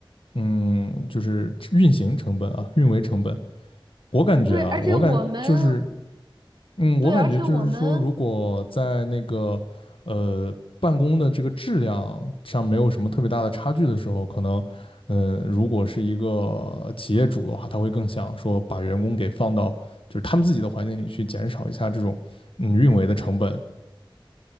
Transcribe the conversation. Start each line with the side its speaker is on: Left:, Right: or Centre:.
Left: 嗯，就是运行成本啊，运维成本。我感觉啊，
Right: 对，而且我们，
Left: 我感就是嗯，
Right: 对，
Left: 我感觉就是说，
Right: 而且我们，
Left: 如果在那个呃办公的这个质量上没有什么特别大的差距的时候，可能，嗯、如果是一个企业主的话，他会更想说把员工给放到就是他们自己的环境里去，减少一下这种嗯运维的成本，